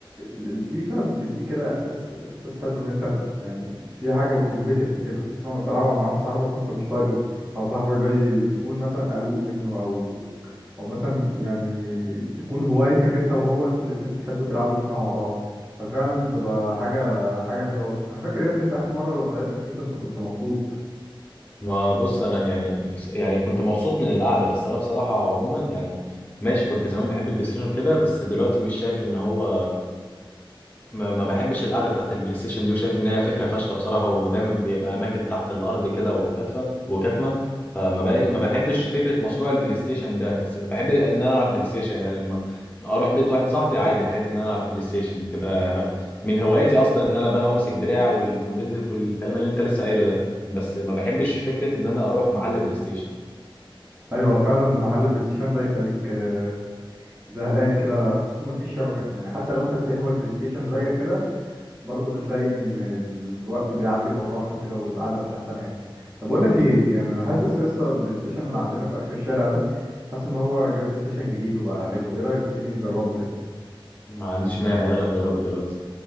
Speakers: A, on the right; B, on the left.
A: الفيفا بتديك كده احساس احساس حلو ان انت ب- يعني في في حاجه وكومبيتيتيف كده خصوصا لما تلعبها مع واحد صاحبك وانت مش طايقه او صاحبك ده ي- تكون مثلا قلوق منه او او مثلا يعني تكون هوايتك انت وهو انتوا الاتنين بتحبوا تلعبوا فيفا مع بعض ففعلا بتبقى حاجه حاجه حلوه قوي انا فاكر يا ابني إنت اخر مره لما لعبت فيفا انت كنت مبسوط
B: ما بص انا يعني بس يعني كنت مبسوط من القعده بس انا بصراحه عموما يعني ماشي كنت زمان بحب البلاي ستيشن كده بس دلوقتي مش شايف ان هو ما ما بحبش القعده بتاعت البلاي ستيشن دي وشايف ان هي فكره فاشله بصراحه ودايما بيبقى اماكن تحت الارض كده وكاتفه وكاتمه فما بقى ما بحبش فكره مشروع البلاي ستيشن ده بس بحب ان انا العب بلاي ستيشن يعني لما اروح بيت واحد صاحبي عادي احب ان انا العب بلاي ستيشن بتبقى من هواياتي اصلا ان انا بقى وامسك دراع والكومبيتيتيف والكلام اللي انت لسه قايله ده بس ما بحبش فكره ان انا اروح محل بلاي ستيشن
A: ايوه فعلا محل البلاي ستيشن ده يخليك آه، زهقان كده خصوصا ما فيش شبكه يعني حتى لو انت بتقهوى البلاي ستيشن زيك كده برضو بتلاقي ان الوقت بيعدي بالراحه كده والقعده مش احسن حاجه طب اقول لك ايه يعني انا حاسس يا اسطى البلاي ستيشن اللي عندنا في اخر الشارع ده حاسس ان هو جاب بلاي ستيشن جديد وبقى حلو ايه رايك ما تيجي نجربه كده
B: ما عنديش مانع يلا نجربه دلوقتي